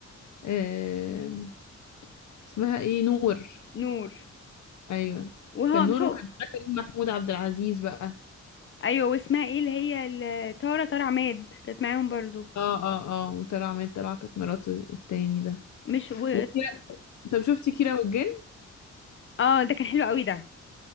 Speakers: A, on the left; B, on the left.
A: آم، اسمها ايه نور
B: نور
A: ايوه
B: وهو
A: كان
B: مش
A: نور
B: هو
A: وكان معاه كريم محمود عبد العزيز بقى
B: ايوه واسمها ايه اللي هي ال- تارة تارة عماد كانت معاهم برضو
A: اه اه اه وطلع عماد طلع كانت مراته التاني ده
B: مش و
A: وكيرا طب شفتي كيرة والجن
B: اه ده كان حلو قوي ده